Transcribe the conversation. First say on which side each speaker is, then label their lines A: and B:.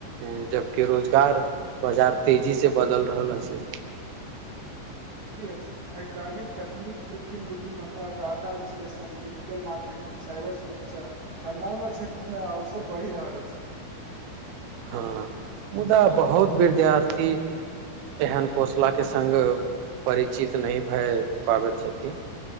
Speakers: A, on the right; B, on the right.
A: ए जब की रोजगार बजार तेजी से बदल रहल अछि।
B: आय कालिक तकनीक कृत्रिम बुद्धिमत्ता डाटा विश्लेषण डिजिटल मार्केटिंग साइबर सुरक्षा आ नव <unintelligible> क्षेत्रमे अवसर बढ़ि रहल अछि।
A: हां मुदा बहुत विद्यार्थी एहन कौसलाके संग परिचित नै भाए पाबैत छथिन।